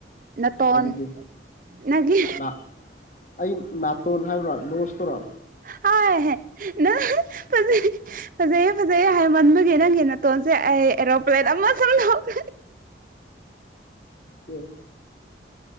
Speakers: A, on the right; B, on the left.
A: ꯅꯇꯣꯟ
B: ꯑꯗꯨꯗꯤ
A: ꯅꯪꯒꯤ
B: ꯅꯥ ꯑꯩ ꯅꯥꯇꯣꯟ ꯍꯥꯏꯕ꯭ꯔꯥ ꯂꯣꯁꯇꯔꯣ
A: ꯍꫭꯏ <unintelligible> ꯐꯖꯩꯌꯦ ꯐꯖꯩꯌꯦ ꯍꯥꯏꯃꯟꯕꯒꯤ ꯅꯪꯒꯤ ꯅꯇꯣꯟꯁꯦ ꯑꯩ ꯑꯦꯔꯣꯄ꯭ꯂꯦꯟ ꯑꯃ ꯁꯨꯝ ꯂꯧ <unintelligible>
B: ꯎ